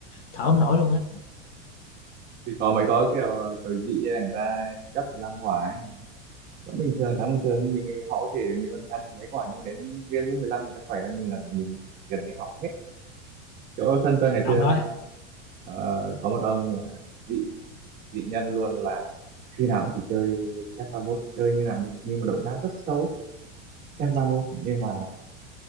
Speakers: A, on the left; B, on the right.
A: thở không nổi luôn á.
B: thì có mấy có kiểu kiểu dị ấy, người ta chấp 15 quả ấy vẫn bình thường tháng bình thường mình họ có thể mình có thể ăn được mấy quả nhưng mà đến game lúc 15 người ta khỏe hơn mình là mình gần như hỏng hết chỗ sân tôi ngày
A: Ông
B: xưa
A: nói
B: ờ, có một ông là dị dị nhân luôn là khi nào cũng chỉ chơi xếp ba mốt chơi như nào được nhưng mà động tác rất xấu xếp ba mốt nhưng mà